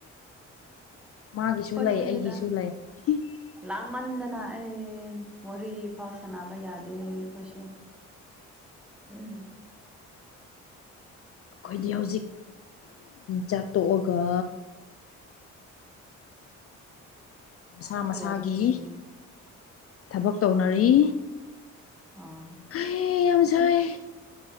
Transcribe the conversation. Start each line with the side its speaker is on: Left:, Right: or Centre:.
Left: ꯃꯥꯒꯤꯁꯨ
Centre: ꯑꯩꯈꯣꯏꯁꯨꯅꯤꯗ
Left: ꯂꯩ ꯑꯩꯒꯤꯁꯨ ꯂꯩ <unintelligible>
Centre: ꯂꯥꯡꯃꯟꯗꯅ ꯑꯩ ꯋꯥꯔꯤ ꯐꯥꯎ ꯁꯥꯟꯅꯕ ꯌꯥꯗꯦ ꯑꯩꯈꯣꯏꯁꯨ ꯎꯝ
Left: ꯑꯩꯈꯣꯏꯗꯤ ꯍꯧꯖꯤꯛ ꯆꯥꯛ ꯇꯣꯛꯑꯒ ꯃꯁꯥ
Centre: ꯄꯨꯡ
Left: ꯃꯁꯥꯒꯤ
Centre: ꯀꯌꯥꯗ ꯇꯨꯝꯒꯦ
Left: ꯊꯕꯛ ꯇꯧꯅꯔꯤ
Centre: ꯑꯥ
Left: ꯍꯩ ꯌꯥꯝ ꯁꯥꯏ
Centre: ꯑꯁ